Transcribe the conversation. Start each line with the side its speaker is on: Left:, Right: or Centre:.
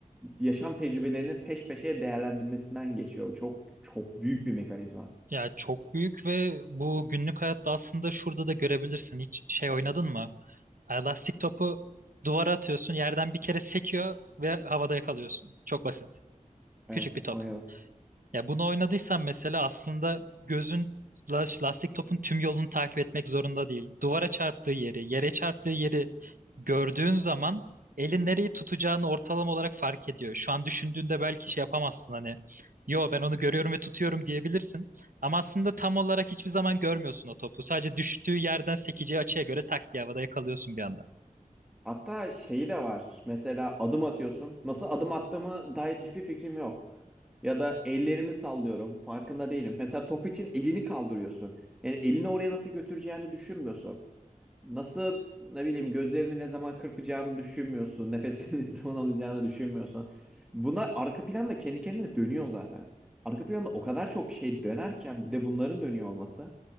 Centre: yaşam tecrübelerini peş peşe değerlendirmesinden geçiyor. Çok çok büyük bir mekanizma.
Right: Ya çok büyük ve bu günlük hayatta aslında şurada da görebilirsin. Hiç şey oynadın mı? Elastik topu duvara atıyorsun, yerden bir kere sekiyor ve havada yakalıyorsun. Çok basit.
Centre: Evet,
Right: Küçük bir top.
Centre: oynayalım.
Right: Ya bunu oynadıysan mesela aslında gözün la- lastik topun tüm yolunu takip etmek zorunda değil. Duvara çarptığı yeri, yere çarptığı yeri gördüğün zaman elin nereyi tutacağını ortalama olarak fark ediyor. Şu an düşündüğünde belki şey yapamazsın hani. Yo ben onu görüyorum ve tutuyorum diyebilirsin. Ama aslında tam olarak hiçbir zaman görmüyorsun o topu. Sadece düştüğü yerden sekeceği açıya göre tak diye havada yakalıyorsun bir anda.
Centre: Hatta şeyi de var. Mesela adım atıyorsun. Nasıl adım attığımı dair hiçbir fikrim yok. Ya da ellerimi sallıyorum. Farkında değilim. Mesela top için elini kaldırıyorsun. Yani elini oraya nasıl götüreceğini düşünmüyorsun. Nasıl ne bileyim gözlerini ne zaman kırpacağını düşünmüyorsun. Nefesini <laughs> ne zaman alacağını düşünmüyorsun. Bunlar arka planda kendi kendine dönüyor zaten. Arka planda o kadar çok şey dönerken bir de bunların dönüyor olması.